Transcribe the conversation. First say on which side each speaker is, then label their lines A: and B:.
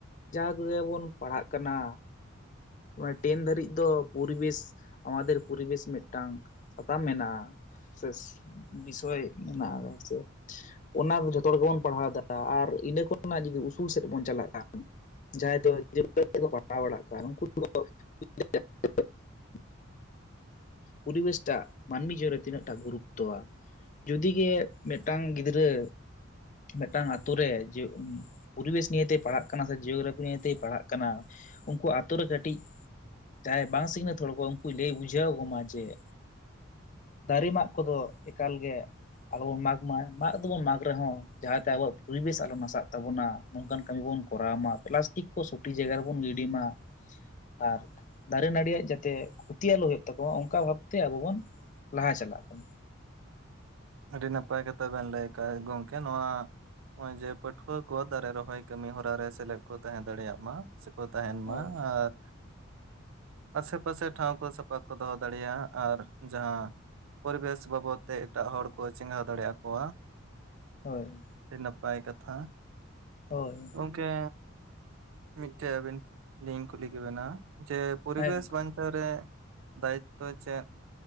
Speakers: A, on the left; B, on the right.
A: ᱡᱟᱦᱟᱸ ᱵᱚᱱ ᱯᱟᱲᱦᱟᱜ ᱠᱟᱱᱟ᱾ ᱢᱟᱱᱮ ᱴᱮᱱ ᱫᱷᱟᱹᱨᱤᱡ ᱫᱚ ᱯᱚᱨᱤᱵᱮᱥ ᱟᱢᱟᱫᱮᱨ ᱯᱚᱨᱤᱵᱮᱥ ᱢᱤᱫᱴᱟᱝ ᱥᱟᱛᱟᱢ ᱢᱮᱱᱟᱜᱼᱟ᱾ ᱥᱮ ᱵᱤᱥᱚᱭ ᱢᱮᱱᱟᱜ <unintelligible> ᱚᱱᱟ ᱫᱚ ᱡᱷᱚᱛᱚ ᱦᱚᱲ ᱜᱮᱵᱚᱱ ᱯᱟᱲᱦᱟᱣ ᱫᱟ ᱟᱨ ᱤᱱᱟᱹ ᱠᱷᱚᱱᱟᱜ ᱡᱩᱫᱤ ᱩᱥᱩᱞ ᱥᱮᱫ ᱵᱚᱱ ᱪᱟᱞᱟᱜ ᱠᱷᱟᱱ ᱼᱼ ᱡᱟᱦᱟᱸᱭ ᱫᱚ <unintelligible> ᱛᱮᱠᱚ ᱯᱟᱲᱦᱟᱣ ᱵᱟᱲᱟᱜ ᱠᱟᱱ ᱩᱱᱠᱩ ᱫᱚᱠᱚ <unintelligible>
B: <inaudible>
A: ᱯᱩᱨᱤᱵᱮᱥ ᱴᱟᱜ ᱢᱟᱹᱱᱢᱤ ᱡᱤᱭᱚᱱ ᱨᱮ ᱛᱤᱱᱟᱹᱜᱴᱟᱜ ᱜᱩᱨᱩᱜᱛᱚᱣᱟ᱾ ᱡᱩᱫᱤ ᱜᱮ ᱢᱮᱴᱟᱝ ᱜᱤᱫᱽᱨᱟᱹᱼᱼ ᱢᱤᱫᱴᱟᱝ ᱟᱛᱳ ᱨᱮ ᱡᱮ ᱯᱚᱨᱤᱵᱮᱥ ᱱᱤᱭᱮᱛᱮᱭ ᱯᱟᱲᱦᱟᱜ ᱠᱟᱱᱟ ᱥᱮ ᱡᱤᱭᱳᱜᱨᱟᱯᱷᱤ ᱱᱤᱭᱮᱛᱮᱭ ᱯᱟᱲᱦᱟᱜ ᱠᱟᱱᱟ᱾ ᱠᱟᱱᱟ ᱩᱱᱠᱩ ᱨᱮ ᱠᱟᱹᱴᱤᱡ ᱡᱟᱦᱟᱸᱭ ᱵᱟᱝ ᱥᱤᱠᱷᱱᱟᱹᱛ ᱦᱚᱲ ᱠᱚ ᱩᱱᱠᱩ ᱞᱟᱹᱭ ᱵᱩᱡᱷᱟᱹᱣ ᱠᱚ ᱢᱟ ᱡᱮ᱾ ᱫᱟᱨᱮ ᱢᱟᱜ ᱠᱚᱫᱚ ᱮᱠᱟᱞ ᱜᱮ ᱟᱞᱟ ᱵᱚ ᱢᱟᱜᱽ᱾ ᱢᱟᱜᱽ ᱫᱚᱵᱚᱱ ᱢᱟᱜᱽ ᱨᱮᱦᱚᱸ ᱡᱟᱦᱟᱸᱛᱮ ᱟᱵᱚᱣᱟᱜ ᱯᱚᱨᱤᱵᱮᱥ ᱟᱞᱚ ᱱᱟᱥᱟᱜ ᱛᱟᱵᱚᱱᱟ ᱱᱚᱝᱠᱟᱱ ᱠᱟᱹᱢᱤ ᱵᱚᱱ ᱠᱚᱨᱟᱣ ᱢᱟ ᱯᱞᱟᱥ, ᱛᱤᱠ ᱠᱚ ᱥᱚᱴᱤᱠ ᱡᱟᱭᱜᱟ ᱨᱮᱵᱚᱱ ᱜᱤᱰᱤ ᱢᱟ ᱟᱨ ᱫᱟᱨᱮ ᱱᱟᱹᱲᱤᱭᱟᱜ ᱡᱟᱛᱮ ᱠᱷᱚᱛᱤ ᱟᱞᱚ ᱦᱩᱭᱩᱜ, ᱛᱟᱠᱣᱟ ᱚᱱᱠᱟ ᱵᱷᱟᱵᱛᱮ ᱟᱵᱚ ᱵᱚᱱ ᱞᱟᱦᱟ ᱪᱟᱞᱟᱜᱼᱟ ᱠᱟᱱᱟ,
B: ᱟᱹᱰᱤ ᱱᱟᱯᱟᱭ ᱠᱟᱛᱷᱟ ᱵᱮᱱ ᱞᱟᱹᱭ ᱟᱠᱟᱜ ᱜᱚᱢᱠᱮ ᱱᱚᱣᱟ, ᱱᱚᱜ ᱚᱭ ᱡᱮ ᱯᱟᱹᱴᱷᱩᱣᱟᱹ ᱠᱚ ᱫᱟᱨᱮ ᱨᱚᱦᱚᱭ ᱠᱟᱹᱢᱤ ᱦᱚᱨᱟ ᱨᱮ ᱥᱮᱞᱮᱫ ᱠᱚ ᱛᱟᱦᱮᱸ ᱫᱟᱲᱮᱭᱟᱜ ᱢᱟ, ᱥᱮᱠᱚ ᱛᱟᱦᱮᱸᱱ
A: ᱦᱳᱭ
B: ᱢᱟ ᱟᱨ᱾ ᱟᱥᱮ ᱯᱟᱥᱮ ᱴᱷᱟᱶ ᱠᱚ ᱥᱟᱯᱟ ᱠᱚ ᱫᱚᱦᱚ ᱫᱟᱲᱮᱭᱟᱜᱼᱟ ᱟᱨ ᱡᱟᱦᱟᱸ᱾ ᱯᱚᱨᱤᱵᱮᱥ ᱵᱟᱵᱚᱫ ᱛᱮ ᱮᱴᱟᱜ ᱦᱚᱲ ᱠᱚ ᱪᱮᱸᱜᱷᱟᱣ ᱫᱟᱲᱮ ᱣᱟᱠᱚᱣᱟ᱾
A: ᱦᱳᱭ,
B: ᱟᱹᱰᱤ ᱱᱟᱯᱟᱭ ᱠᱟᱛᱷᱟ᱾
A: ᱦᱳᱭ᱾
B: ᱜᱚᱝᱠᱮ ᱢᱤᱫᱴᱮᱡ ᱟᱵᱮᱱ ᱞᱤᱧ ᱠᱩᱞᱤ ᱠᱮᱵᱱᱟ ᱡᱮ ᱯᱚᱨᱤᱵᱮᱥ
A: ᱦᱮᱸ ᱜᱚᱝᱠᱮ
B: ᱵᱟᱧ ᱨᱮ ᱫᱟᱭᱤᱛᱚ ᱪᱮᱫ